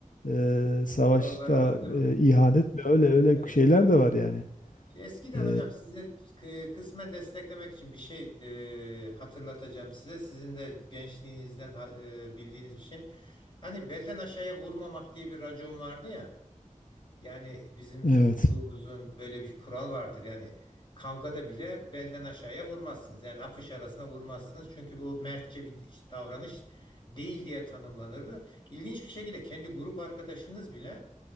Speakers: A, on the left; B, on the left.
A: Ee, savaşta
B: kuralları var değil mi?
A: e, ihanet mi öyle öyle
B: Evet.
A: şeyler de var yani.
B: Eskiden
A: Ee,
B: hocam size kı- kısmen desteklemek için bir şey e, hatırlatacağım size. Sizin de gençliğinizden ha- e, bildiğiniz bir şey. Hani belden aşağıya vurmamak diye bir racon vardı ya. Yani bizim çocukluğumuzun
A: evet.
B: böyle bir kural vardır. Yani kavgada bile belden aşağıya vurmazsınız. Yani apış arasına vurmazsınız. Çünkü bu mertçe bir davranış değil diye tanımlanırdı. İlginç bir şekilde kendi grup arkadaşınız bile